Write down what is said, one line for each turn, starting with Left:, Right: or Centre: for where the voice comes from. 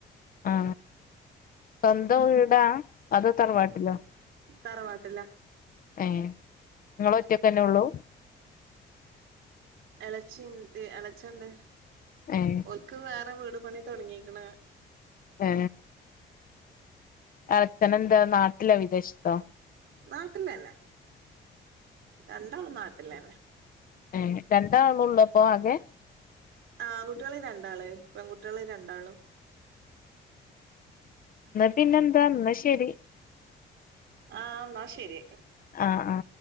Left: ആ സ്വന്തം വീടാ അത തറവാട്ടിലോ
Right: തറവാട്ടില്ല
Left: ഏ നിങ്ങള് ഒറ്റക്കെന്നെ ഉള്ളു
Right: എലച്ചിണ്ട് എലേച്ചണ്ട്
Left: ഏഹ്
Right: ഓൽക്ക് വേറെ വീട് പണി തുടങ്ങീക്കണ്
Left: ഏ അച്ചനെന്താ നാട്ടില വിദേശത്താ
Right: നാട്ടിലന്നേ രണ്ടാളും നാട്ടില്ലന്നെ
Left: ഏ രണ്ടാളുള്ളപ്പോ ആകെ
Right: ആ കുട്ടികള് രണ്ടാള് പെൺകുട്ടികള് രണ്ടാളും
Left: ട്ട് പിന്നെന്താന്നാ ശരി
Right: ആ എന്ന ശരി
Left: ആ ആ